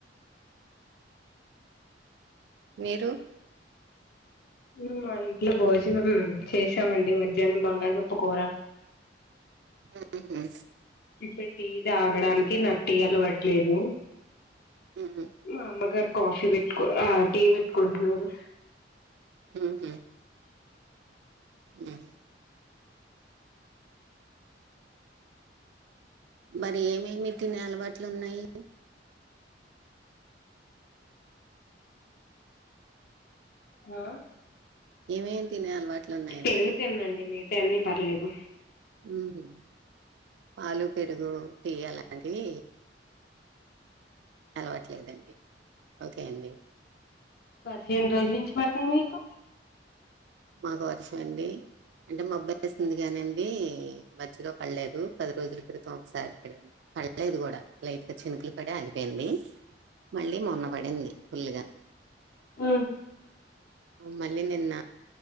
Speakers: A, on the right; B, on the left.
A: మీరు
B: మేం మా ఇంట్లో భోజనం చేశామండి మధ్యానం బంగళదుంప కూర.
A: ఉహు
B: ఇప్పుడు టీ తాగడానికి నాకు టీ అలవాట్ లేదు.
A: ఉమ్.
B: మా అమ్మగారు కాఫీ పెట్ ఆ టీ పెట్టుకుంటున్నారు.
A: ఉహు ఉ మరి ఏమేమి తినే అలవాట్లు ఉన్నయి?
B: ఆ
A: ఏమేమి తినే అలవాట్లు ఉన్నాయండి
B: పెరుగు తిన్నండి. మీర్ తే అన్నీ పర్లేదు
A: ఉహు పాలు, పెరుగు, టీ అలాంటివి అలవాట్లేదండి ఓకే అండి
B: పదిహేను రోజులనుంచి పడుతుంది మీకు
A: మాకు వరుస అండి అంటే మబ్బు ఎత్తేస్తుంది కానండి మధ్యలో పడలేదు పది రోజుల క్రితం ఒకసారి <unintelligible> పడలేదు కూడా లైట్ గా చినుకులు పడి ఆగిపోయింది మళ్ళీ మొన్న పడింది ఫుల్గా
B: హ
A: మళ్ళీ నిన్న